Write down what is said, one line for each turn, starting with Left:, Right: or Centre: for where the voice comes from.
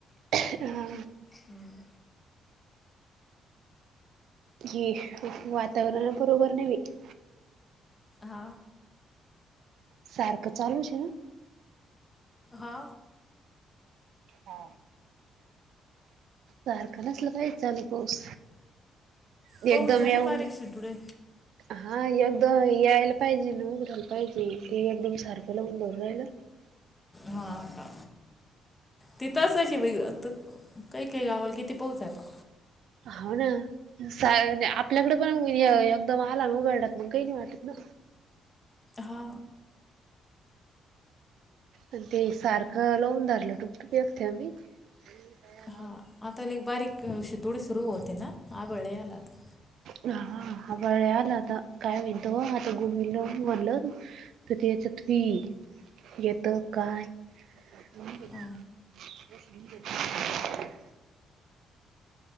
Right: हा
Left: हम्म
Right: हे वातावरण बरोबर नाही बाई
Left: हा
Right: सारखं चालूच ना
Left: हा
Right: हा सारखं नसलं तरी पाऊस चालु
Left: पाऊस
Right: एकदम
Left: झाली
Right: येऊ
Left: बारीक शिटुडे
Right: हा एकदम यायला पाहिजे न उघठला पाहिजे की एकदम सारखं लावून धरून राहिलल
Left: हा हा तिथंच ग आता काही काही गावलं किती पाऊस आहे आता
Right: हो ना. <unintelligible> आपल्याकडे पण एकदम आला उघडला मग काही नाही वाटत ना.
Left: हा
Right: आणि ते सारखं लावून धरलं टुपटुप थेंब. <unintelligible>
Left: हा आता एक बारीक शितोडी सुरू होते ना आभाळ लय आला आता.
Right: हा ह आभाळ लय आलं आता काय म्हणतो आता गुगलवर म्हटलं. <unintelligible> क ते च्यात बी. तो काय. <unintelligible>
Left: हा